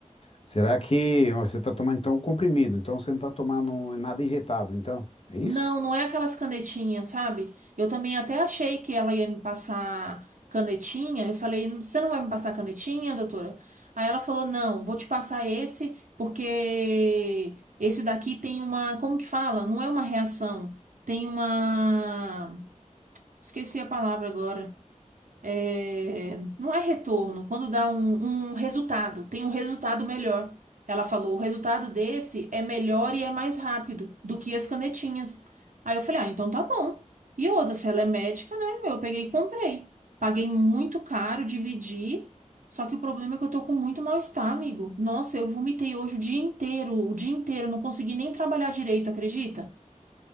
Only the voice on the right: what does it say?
Não, não é aquelas canetinhas, sabe? Eu também até achei que ela ia me passar canetinha. Eu falei, você não vai me passar canetinha, doutora? Aí ela falou, não, vou te passar esse, porque esse daqui tem uma, como que fala? Não é uma reação, tem uma, esqueci a palavra agora é, não é retorno, quando dá um, um resultado, tem um resultado melhor. Ela falou, o resultado desse é melhor e é mais rápido do que as canetinhas. Aí eu falei, ah, então tá bom. E outra, se ela é médica, né? Eu peguei e comprei. Paguei muito caro, dividi. Só que o problema é que eu tô com muito mal-estar, amigo. Nossa, eu vomitei hoje o dia inteiro, o dia inteiro, eu não consegui nem trabalhar direito, acredita?